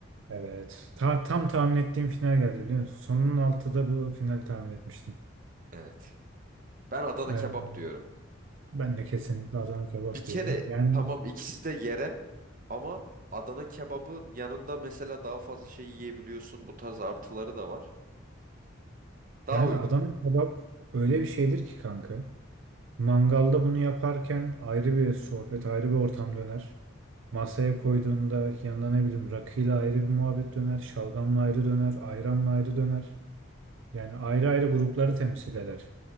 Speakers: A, on the right; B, on the right.
A: Evet. Ta- tam tahmin ettiğim final geldi biliyor musun? Sonun altıda bu finali tahmin etmiştim.
B: Evet. Ben Adana
A: Ee,
B: kebap diyorum.
A: ben de kesinlikle Adana
B: Bir
A: kebap
B: kere
A: diyorum. Yani
B: tamam ikisi de yerel ama Adana kebabın yanında mesela daha fazla şey yiyebiliyorsun. Bu tarz artıları da var. Daha
A: yani
B: uygun.
A: Adana kebap öyle bir şeydir ki kanka. Mangalda bunu yaparken ayrı bir sohbet, ayrı bir ortam döner. Masaya koyduğunda yanında ne bileyim rakıyla ayrı bir muhabbet döner, şalgamla ayrı döner, ayranla ayrı döner. Yani ayrı ayrı grupları temsil eder.